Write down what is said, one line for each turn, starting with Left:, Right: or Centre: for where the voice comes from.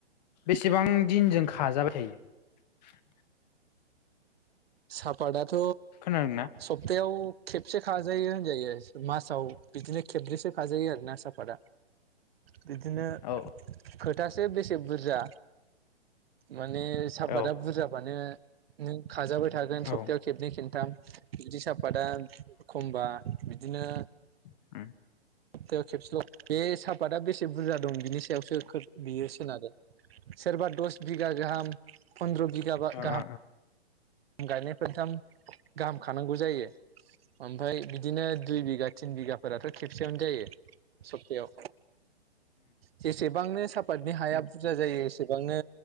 Left: बेसेबां दिनजों खाजाबाय थायो
Right: सापाताथ
Left: खोनादोंना
Right: सप्थायाव खेबसे खाजायो होनजायो मासाव बिदिनो खेब्रैसो खाजायो आरो ना साफादा बिदिनो
Left: औ
Right: फोथा से बेसे बुरजा माने साहापादा
Left: औ
Right: बुरजाबानो नों खाजा बाय थागोन सप्तायाव
Left: औ
Right: खबै खिन्थाम जि सब <unintelligible> आबादा खमबा बिदिनो
Left: <unintelligible>
Right: सप्थायाव खेबसेल बे सापाता बेसे से बुरजा दं बिनि सायावसो खो बियो सोरनारो सोरबा दस बिगा गाहाम फन्दद्र' बिगा
Left: औ
Right: गाहाम गायनाय फोनथाम गाहाम खानांगौ जायो ओमफ्राय बिदिनो दुइ बिगा थिन बिगा फोराथ' खेथ सेयां जायो सब्तायाव जेसेबांनो सापातनि हाया बुरजा जायो सेबांनो